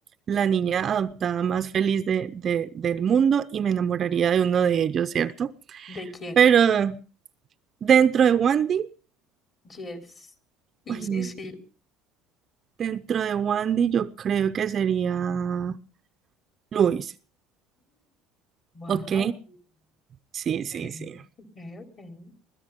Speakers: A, on the right; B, on the left.
A: la niña adoptada más feliz de, de- del mundo y me enamoraría de uno de ellos, ¿cierto?
B: ¿De quién?
A: Pero dentro de Wandy,
B: Yes. Sí,
A: ay,
B: sí, sí.
A: dentro de Wandy yo creo que sería Luis,
B: Wow.
A: ¿ok? Sí, sí,
B: Okay,
A: sí.
B: okay, okay.